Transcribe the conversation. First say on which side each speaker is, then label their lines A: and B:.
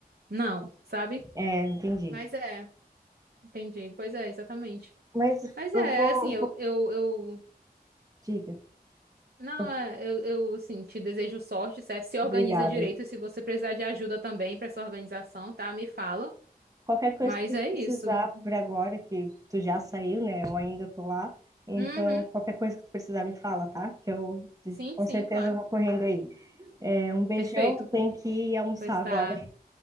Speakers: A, on the right; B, on the right.
A: não, sabe?
B: É, entendi.
A: Mas é, entendi. Pois é, exatamente.
B: Mas
A: Mas
B: eu
A: é,
B: vou,
A: assim, eu,
B: vou-
A: eu, eu
B: diga.
A: Não,
B: Eu-
A: é, eu, eu assim, te desejo sorte, certo? Se organiza
B: Obrigada.
A: direito e se você precisar de ajuda também pra essa organização, tá? Me fala.
B: Qualquer coisa
A: Mas
B: que tu
A: é isso.
B: precisar por agora, que tu já saiu, né? Eu ainda tô lá. Então,
A: Uhum.
B: qualquer coisa que tu precisar, me fala, tá? Que eu de-
A: Sim,
B: com
A: sim,
B: certeza
A: claro.
B: vou correndo aí. É, um beijão,
A: Perfeito.
B: eu tenho que ir almoçar
A: Pois tá.
B: agora.